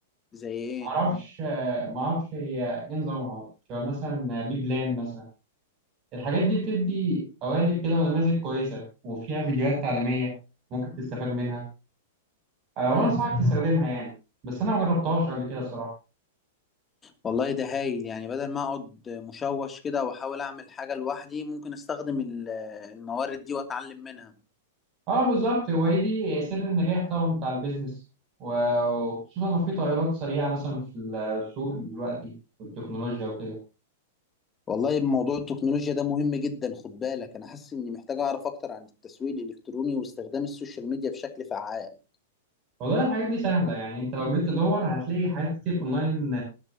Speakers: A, on the left (about 20°); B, on the right (about 35°).
A: زي إيه؟
B: معرفش آه، معرفش هي إيه نظامها شبه مثلا بي بلان مثلا الحاجات دي بتدي قوالب كده ونماذج كويسة وفيها فيديوهات تعليمية ممكن تستفاد منها أه
A: مم.
B: وأنا أنصحك تستخدمها يعني بس أنا مجربتهاش قبل كده صراحة
A: والله ده هايل يعني بدل ما أقعد مشوش كده وأحاول أعمل حاجة لوحدي ممكن أستخدم ال- الموارد دي وأتعلم منها.
B: أه بالظبط وهي دي سر النجاح طبعا بتاع البيزنس و- وخصوصا لو في تغيرات سريعة مثلا في السوق دلوقتي والتكنولوجيا وكده
A: والله موضوع التكنولوجيا ده مهم جدا خد بالك انا حاسس اني محتاج اعرف اكتر عن التسويق الالكتروني واستخدام السوشيال ميديا بشكل فعال
B: والله الحاجات دي سهلة يعني انت لو جيت تدور هتلاقي حاجات كتير اونلاين